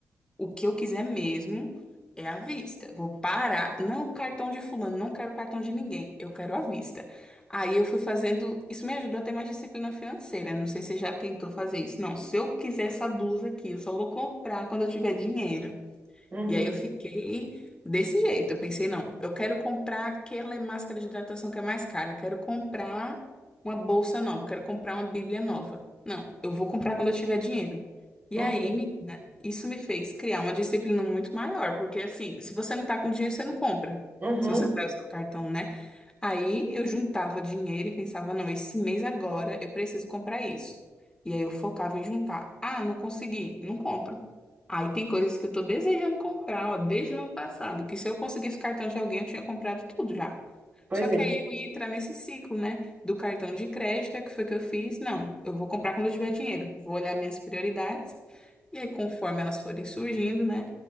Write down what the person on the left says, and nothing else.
O que eu quiser mesmo é à vista. Vou parar. Não o cartão de fulano, não quero cartão de ninguém. Eu quero à vista. Aí eu fui fazendo. Isso me ajudou a ter mais disciplina financeira. Não sei se você já tentou fazer isso. Não, se eu quiser essa blusa aqui, eu só vou comprar quando eu tiver dinheiro.
E aí eu fiquei desse jeito. Eu pensei, não, eu quero comprar aquela máscara de hidratação que é mais cara, quero comprar uma bolsa nova, quero comprar uma Bíblia nova. Não, eu vou comprar quando eu tiver dinheiro. E
aí, menina, isso me fez criar uma disciplina muito maior, porque assim, se você não tá com dinheiro, você não compra.
Se você não vai usar o cartão, né? Aí eu juntava dinheiro e pensava, não, esse mês agora eu preciso comprar isso. E aí eu focava em juntar. Ah, não consegui, não compro. Aí tem coisas que eu tô desejando comprar, ó, desde o ano passado, que se eu conseguisse o cartão de alguém, eu tinha comprado tudo já.
Só que
aí eu ia entrar nesse ciclo, né? Do cartão de crédito, é o que foi que eu fiz? Não, eu vou comprar quando eu tiver dinheiro. Vou olhar minhas prioridades. E aí, conforme elas forem surgindo, né?